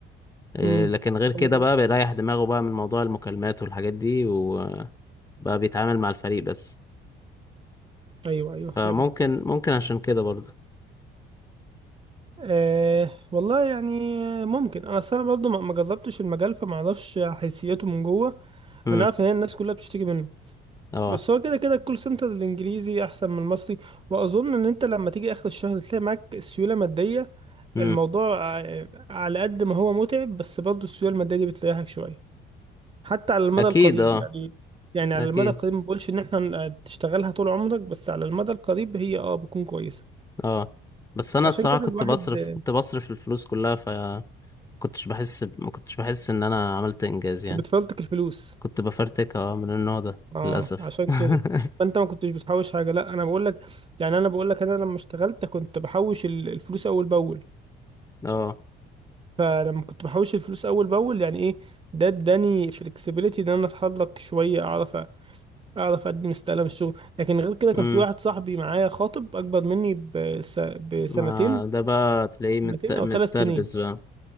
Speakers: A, on the left; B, on the right.
A: إيه،
B: مم.
A: لكن غير كده
B: هو-
A: بقى بيريح دماغه بقى من موضوع المكالمات والحاجات دي وبقى بيتعامل مع الفريق بس
B: ايوه ايوه فهمت
A: فممكن ممكن عشان كده برضه
B: أه والله يعني ممكن انا اصل انا برضه ما ما جربتش المجال فما اعرفش حيثياته من جوه
A: امم
B: انا عارف ان هي الناس كلها بتشتكي منه
A: اه
B: بس هو كده كده الكول سنتر الانجليزي احسن من المصري واظن ان انت لما تيجي اخر الشهر تلاقي معاك سيوله ماديه
A: امم
B: الموضوع آه، على قد ما هو متعب بس برضه السيوله الماديه دي بتريحك شويه حتى على المدى
A: اكيد
B: القريب
A: اه
B: يعني يعني على
A: اكيد
B: المدى القريب ما بقولش ان احنا آه، تشتغلها طول عمرك بس على المدى القريب هي اه بتكون كويسه
A: اه بس انا
B: عشان
A: الصراحة
B: كده
A: كنت
B: الواحد
A: بصرف
B: آه،
A: كنت بصرف الفلوس كلها فما كنتش بحس ب- ما كنتش بحس ان انا عملت انجاز يعني
B: بتفلتك الفلوس
A: كنت بفرتكها آه، من النوع ده
B: اه
A: للاسف
B: عشان
A: <laughs>
B: كده فانت ما كنتش بتحوش حاجه لا انا بقول لك يعني انا بقول لك انا لما اشتغلت كنت بحوش ال- الفلوس اول باول
A: اه
B: فلما كنت بحوش الفلوس اول باول يعني ايه ده اداني فلكسبيليتي ان انا اتحرك شويه اعرف أ- اعرف اقدم استقاله من الشغل لكن غير كده كان
A: امم
B: في واحد صاحبي معايا خاطب اكبر مني بس بسنتين
A: ما ده بقى تلاقيه مت...
B: سنتين
A: متربس
B: او ثلاث سنين
A: بقى